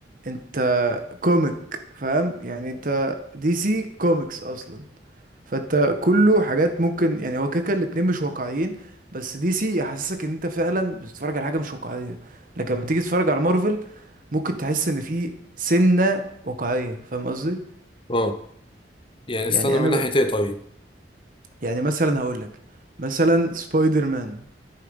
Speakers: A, on the right; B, on the left.
A: انت كوميك فاهم يعني انت دي سي كوميكس اصلا فانت كله حاجات ممكن يعني هو كده كده الاتنين مش واقعيين بس دي سي يحسسك ان انت فعلا بتتفرج على حاجه مش واقعيه لكن لما تيجي تتفرج على مارفل ممكن تحس ان في سنه واقعيه فاهم قصدي
B: اه يعني استنى
A: يعني انا
B: من
A: ب...
B: ناحية ايه طيب
A: يعني مثلا هقول لك مثلا سبايدر مان